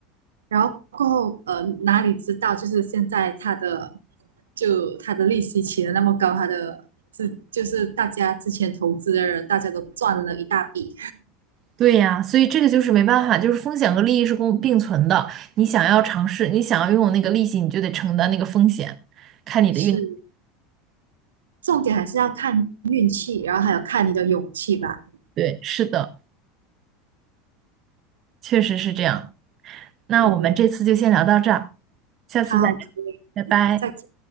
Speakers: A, on the right; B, on the right.
A: 然后过后，呃，哪里知道就是现在它的就它的利息起得那么高，它的自就是大家之前投资的人，大家都赚了一大笔。
B: 对呀，所以这个就是没办法，就是风险和利益是共并存的。你想要尝试，你想要拥有那个利息，你就得承担那个风险，看你的运。
A: 是，重点还是要看运气，然后还有看你的勇气吧。
B: 对，是的，确实是这样。那我们这次就先聊到这儿，
A: 对，
B: 下次再聊，
A: 好，可以，
B: 拜拜。
A: 再见。